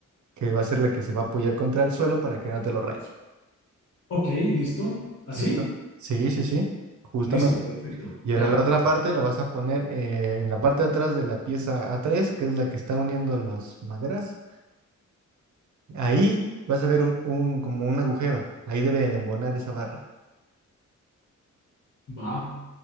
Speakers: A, on the right; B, on the left.
A: que va a ser la que se va a apoyar contra el suelo para que no te lo raye.
B: Ok, listo. ¿Así?
A: ¿Cierto? Sí, sí, sí, justamente.
B: Listo, perfecto.
A: Y
B: Ya,
A: ahora la otra parte la vas a poner eh, en la parte de atrás de la pieza a tres que es la que está uniendo las maderas. Ahí vas a ver un, un- como un agujero. Ahí debe de embonar esa barra.
B: va.